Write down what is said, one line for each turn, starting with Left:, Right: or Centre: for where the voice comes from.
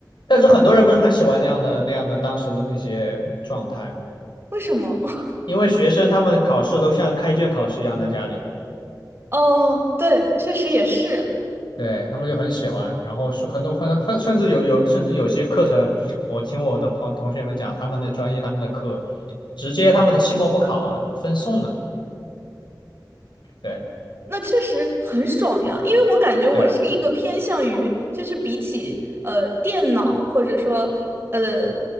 Left: 但是很多人不是很喜欢那样的那样的当时的那些状态嘛，
Right: 为什么？<laughs>
Left: 因为学生他们考试都像开卷考试一样在家里，
Right: 哦，对，确实也是，
Left: 对，他们就很喜欢。然后是很多很很甚至有有甚至有些课程，我听我的朋同学们讲，他们的专业他们的课，直接他们的期末不考了，分送了。对
Right: 那确实很爽呀。因为我感觉我是一个偏向于，
Left: 对，
Right: 就是比起呃电脑或者说呃，